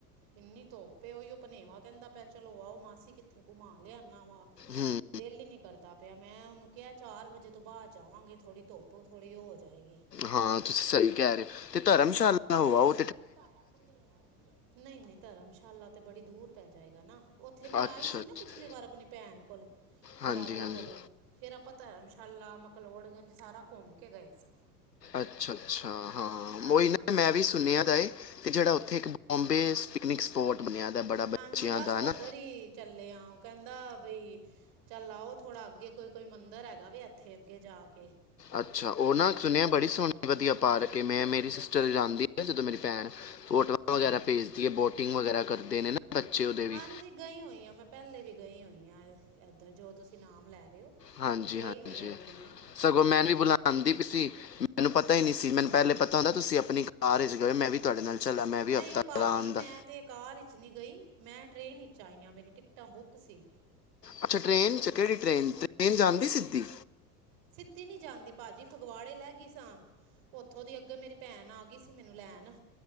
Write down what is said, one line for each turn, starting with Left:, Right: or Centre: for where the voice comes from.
Right: ਇੰਨੀ ਧੁੱਪ ਏ, ਔਹੀਓ ਭਨੇਵਾ ਕਹਿੰਦਾ ਪਿਐ, 'ਚਲੋ ਆਓ ਮਾਸੀ, ਕਿੱਥੇ ਘੁੰਮਾ ਲਿਆਨਾ ਵਾ।
Left: ਹੂੰ।
Right: ਦਿਲ ਈ ਨੀ ਕਰਦਾ ਪਿਆ, ਮੈਂ ਉਹਨੂੰ ਕਿਹਾ ਚਾਰ ਵਜੇ ਤੋਂ ਬਾਅਦ ਜਾਵਾਂਗੇ, ਥੋੜ੍ਹੀ ਧੁੱਪ ਥੋੜ੍ਹੀ ਹੋ ਜਾਏਗੀ।
Left: ਹਾਂ, ਤੁਸੀਂ ਸਹੀ ਕਹਿ ਰਹੇ ਓ, ਤੇ ਧਰਮਸ਼ਾਲਾ ਹੋ ਆਓ।
Right: ਉਹ ਤੁਹਾਡਾ ਭਨੇਵਾ ਵੀ ਏ। ਨਈ- ਨਈ, ਧਰਮਸ਼ਾਲਾ ਤੇ ਬੜੀ ਦੂਰ ਪੈ ਜਾਏਗਾ ਨਾ। ਓੱਥੇ ਮੈਂ
Left: ਅੱਛਾ
Right: ਆਈ ਸੀ
Left: ਅੱਛਾ,
Right: ਨਾ, ਪਿਛਲੀ ਵਾਰ ਆਪਣੀ ਭੈਣ ਕੋਲ,
Left: ਹਾਂਜੀ
Right: ਦੀਵਾਲੀ
Left: ਹਾਂਜੀ
Right: ਕੋਲ ਫਿਰ ਆਪਾਂ ਧਰਮਸ਼ਾਲਾ, ਮਕਲੋੜਗੰਜ ਸਾਰਾ ਘੁੰਮ ਕੇ ਗਏ ਸੀ।
Left: ਅੱਛਾ- ਅੱਛਾ, ਹਾਂ,
Right: ਹਾਂਜੀ
Left: ਔਹੀ ਮੈਂ ਵੀ ਸੁਣਿਆ ਦਾ ਏ, ਜਿਹੜਾ ਓੱਥੇ ਇੱਕ ਬੋਮਬੇ ਸ ਪਿਕਨਿਕ ਸਪੋਟ ਬਨਿਆਂ ਦਾ, ਬੜਾ ਬੱਚਿਆਂ
Right: ਹਾਂਜੀ ਬਸ
Left: ਦਾ,
Right: ਉੱਧਰ
Left: ਹੈਨਾ।
Right: ਹੀ ਚੱਲੇ ਆ, ਉਹ ਕਹਿੰਦਾ ਬਈ ਚੱਲ ਆਓ, ਥੋੜਾ ਅੱਗੇ ਕੋਈ - ਕੋਈ ਮੰਦਿਰ ਹੈਗਾ ਵੇ, ਐੱਥੇ ਅੱਗੇ ਜਾ ਕੇ।
Left: ਅੱਛਾ, ਉਹ ਨਾ ਸੁਣਿਐ
Right: ਉਹ
Left: ਬੜੀ ਸੋਹਣੀ ਵਦੀਆ ਪਾਰਕ ਏ, ਮੈਂ ਮੇਰੀ ਸਿਸਟਰ ਜਾਂਦੀ ਆ, ਜਦੋਂ ਮੇਰੀ ਭੈਣ- ਫੋਟੋ
Right: ਹਾਂਜੀ
Left: ਵਗੈਰਾ ਭੇਜਦੀ ਏ, ਬੋਟਿੰਗ ਵਗੈਰਾ ਕਰਦੇ ਨੇ ਨਾ ਬੱਚੇ ਉਹਦੇ ਵੀ
Right: ਹਾਂਜੀ ਗਈ ਹੋਈ ਆ, ਮੈਂ ਪਹਿਲੇ ਵੀ ਗਈ ਹੋਈ ਆ ਐੱਧਰ, ਜੋ ਤੁਸੀਂ ਨਾਮ ਲੈ ਰਹੇ ਓ।
Left: ਹਾਂਜੀ
Right: ਗਈ
Left: ਹਾਂਜੀ
Right: ਹੋਈ ਆ ਐੱਥੇ ਮੈਂ।
Left: ਸਗੋਂ, ਮੈਂਨ ਵੀ ਬੁਲਾਉਂਦੀ ਪੀ ਸੀ ਮੈਨੂੰ ਪਤਾ ਈ ਨੀ ਸੀ, ਮੈਨੂੰ ਪਹਿਲੇ ਪਤਾ ਹੁੰਦਾ, ਤੁਸੀਂ ਆਪਣੀ ਕਾਰ ਵਿਚ ਗਏ ਓ, ਮੈਂ ਵੀ ਤੁਹਾਡੇ ਨਾਲ ਚੱਲ ਆ, ਮੈਂ ਵੀ
Right: ਨਹੀਂ
Left: ਹਫ਼ਤਾ
Right: ਭਾਜੀ
Left: ਲਾ ਆਉਂਦਾ।
Right: ਮੈਂ ਤੇ ਕਾਰ ਵਿੱਚ ਨਈ ਗਈ, ਮੈਂ ਟਰੇਨ ਵਿੱਚ ਆਈ ਆਂ, ਮੇਰੀ ਟਿਕਟਾਂ ਬੁੱਕ ਸੀ।
Left: ਅੱਛਾ ਟ੍ਰੇਨ 'ਚ, ਕਿਹੜੀ ਟ੍ਰੇਨ, ਟ੍ਰੇਨ ਜਾਂਦੀ ਸਿੱਧੀ?
Right: ਸਿੱਧੀ ਨੀ ਜਾਂਦੀ ਭਾਜੀ, ਫਗਵਾੜੇ ਲਹਿ ਗਈ ਸਾਂ। ਓੱਥੋਂ ਦੀ ਅੱਗੋ ਮੇਰੀ ਭੈਣ ਆ ਗਈ ਸੀ, ਮੈਨੂੰ ਲੈਣ।